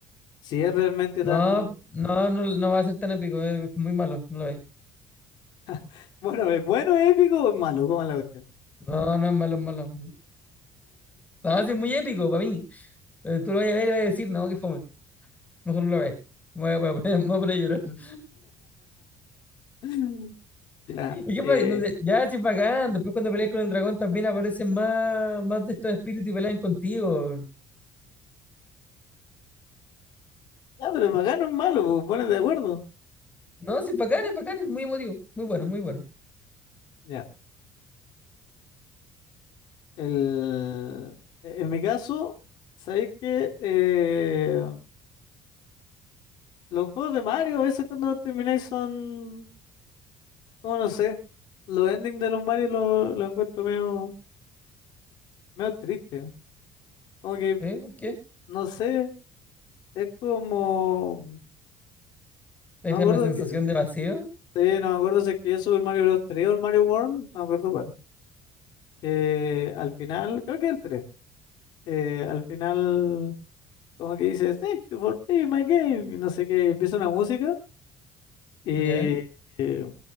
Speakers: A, on the left (about 75°); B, on the left (about 20°).
A: si es realmente
B: No,
A: tan,
B: no, no, no va a ser tan épico, es muy malo, no lo veis.
A: <laughs> bueno, es bueno, es épico o es malo, ¿cómo es la cuestión?
B: No, no es malo, es malo. No, sí es muy épico para mí. Pero tú lo vas a ver y le vas a decir, no, que fome. Mejor no lo veis. Me voy a, voy a poner, <laughs> me voy a poner a llorar. <laughs>
A: <laughs> Ya,
B: Y qué
A: eh,
B: pa- entonces, ya, sí, es bacán. Después cuando peleas con el dragón también aparecen más, más de estos espíritus y pelean contigo.
A: ya, pero es bacano, es malo, pues pones de acuerdo.
B: No, sí, es bacán, es bacán, es muy emotivo. Muy bueno, muy bueno.
A: Ya, el, en mi caso, sabéis que eh, los juegos de Mario a veces cuando termináis son, como no sé, los endings de los Mario los lo lo encuentro medio, medio triste. Como que,
B: ¿Eh? ¿Por qué?
A: no sé. Es como,
B: Te
A: no
B: deja
A: me acuerdo
B: una sensación
A: que, sí,
B: de vacío.
A: no me acuerdo si es que es Super Mario Bros. 3 o el Mario World, no me acuerdo cuál. Que al final, creo que el 3, eh, al final como que dice, Thank you for playing my game, y no sé qué, y empieza una música y,
B: Ya.
A: eh,